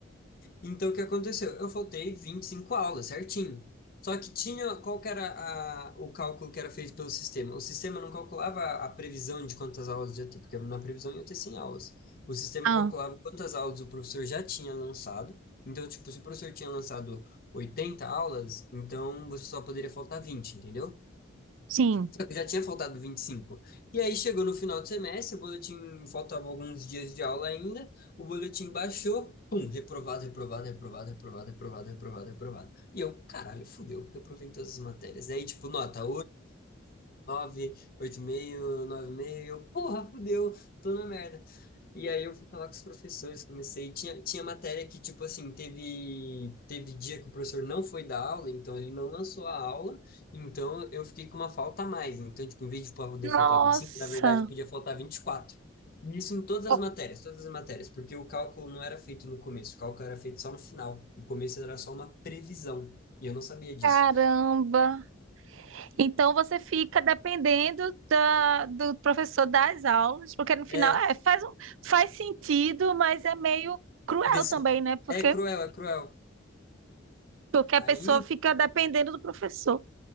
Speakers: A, on the left; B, on the right.
A: Então, o que aconteceu? Eu faltei 25 aulas, certinho. Só que tinha, qual que era a- o cálculo que era feito pelo sistema? O sistema não calculava a, a previsão de quantas aulas ia ter, porque na previsão ia ter 100 aulas. O sistema
B: Ah,
A: calculava quantas aulas o professor já tinha lançado. Então, tipo, se o professor tinha lançado 80 aulas, então você só poderia faltar 20, entendeu?
B: sim.
A: Só que já tinha faltado 25. E cinco. E aí chegou no final do semestre, o boletim faltava alguns dias de aula ainda, o boletim baixou, pum, reprovado, reprovado, reprovado, reprovado, reprovado, reprovado, reprovado. E eu, caralho, fudeu, reprovei em todas as matérias. Aí, tipo, nota 8, 7, 9, 8,5, 9,5, eu, porra, fudeu, tô na merda. E aí eu fui falar com os professores, comecei, tinha, tinha matéria que, tipo assim, teve, teve dia que o professor não foi dar aula, então ele não lançou a aula, então eu fiquei com uma falta a mais. Então, tipo, em vez de poder
B: Nossa,
A: faltar 25 na verdade podia faltar 24. E quatro. E isso em todas as
B: oh,
A: matérias, todas as matérias, porque o cálculo não era feito no começo, o cálculo era feito só no final. O começo era só uma previsão, e eu não sabia disso.
B: caramba. Então você fica dependendo da, do professor das aulas, porque no final,
A: É,
B: é, faz, um- faz sentido, mas é meio cruel
A: porque só,
B: também, né? Porque
A: é cruel, é cruel.
B: Porque
A: Aí,
B: a pessoa fica dependendo do professor.